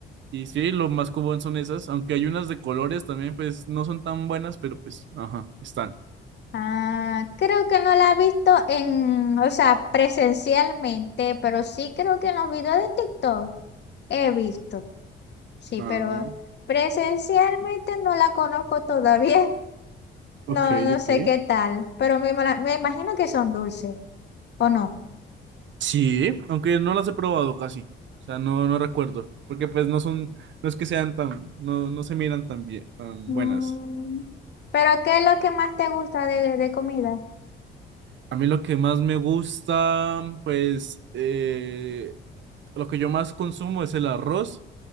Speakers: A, on the right; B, on the left.
A: Y sí, lo más común son esas, aunque hay unas de colores también, pues no son tan buenas, pero pues, ajá, están.
B: Ah, creo que no la he visto en, o sea, presencialmente, pero sí creo que en los videos de TikTok he visto. Sí,
A: Ah,
B: pero presencialmente no la conozco todavía. <laughs>
A: ok,
B: No, no
A: ok.
B: sé qué tal, pero me, ima- me imagino que son dulces, ¿o no?
A: Sí, aunque no las he probado casi, o sea, no, no recuerdo, porque pues no son, no es que sean tan, no, no se miran tan bien, tan
B: Mm,
A: buenas.
B: Pero ¿qué es lo que más te gusta de, de comida?
A: A mí lo que más me gusta, pues, eh, lo que yo más consumo es el arroz